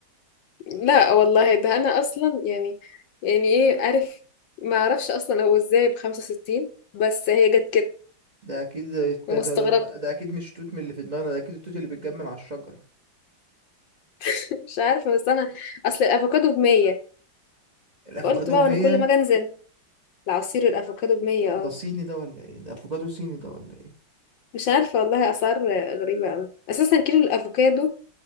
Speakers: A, on the left (about 70°); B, on the right (about 25°).
A: لا والله ده انا اصلا يعني يعني ايه عارف ما اعرفش اصلا هو ازاي ب 65 بس هي جت كده
B: ده اكيد ده,
A: وما
B: ده,
A: استغربت
B: ده, ده اكيد مش توت من اللي في دماغنا ده اكيد التوت اللي بيتجمع من على الشجره
A: <laughs> مش عارفه بس انا اصل الافوكادو ب 100
B: الافوكادو
A: فقلت بقى
B: ب 100
A: وانا كل ما اجي انزل العصير الافوكادو ب 100
B: ده
A: اه
B: صيني ده ولا ايه ده افوكادو صيني ده ولا ايه
A: مش عارفه والله اسعار غريبه قوي اساسا كيلو الافوكادو